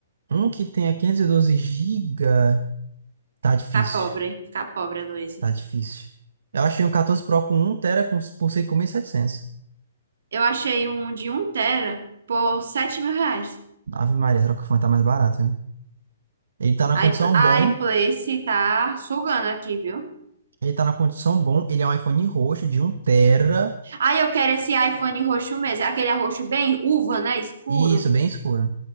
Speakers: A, on the right; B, on the right.
A: Um que tenha quinhentos e doze gigas Tá difícil.
B: Ficar pobre, ficar pobre, Luísa.
A: Tá difícil. Eu achei um 14 Pro com um TB com, por cinco mil e setecentos
B: Eu achei um de um tera por sete mil reais.
A: Ave Maria, a Trocafone tá mais barato, viu? Ele tá na
B: A
A: condição
B: iP- a
A: bom.
B: iPlace tá sugando aqui, viu?
A: Ele tá na condição bom. Ele é um iPhone roxo de um 1 TB.
B: Aí eu quero esse iPhone roxo mesmo. Aquele roxo bem uva, né? Escuro.
A: Isso, bem escuro.